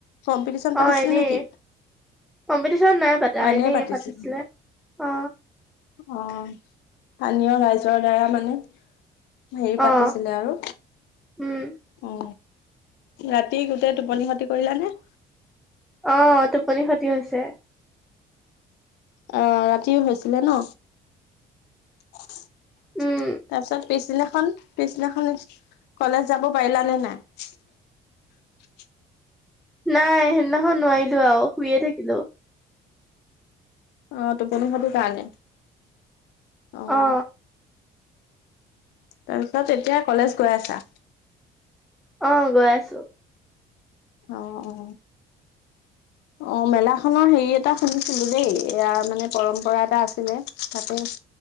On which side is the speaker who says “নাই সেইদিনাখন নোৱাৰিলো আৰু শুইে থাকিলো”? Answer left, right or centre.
Centre